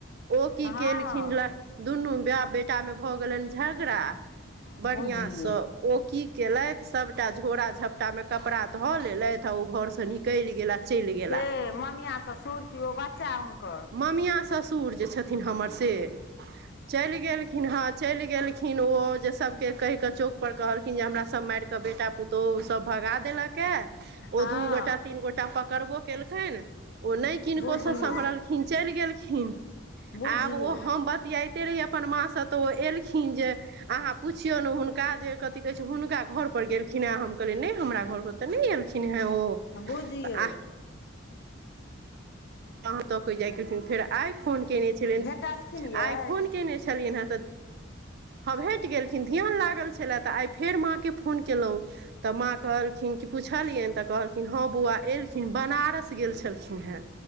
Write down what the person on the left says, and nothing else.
हँ
बुझियौ
के ममिया ससुर, कि ओ बच्चा हुनकर?
हँ
बुझियौ
बुझियौ
बूझियौ।
भेटलखिन यै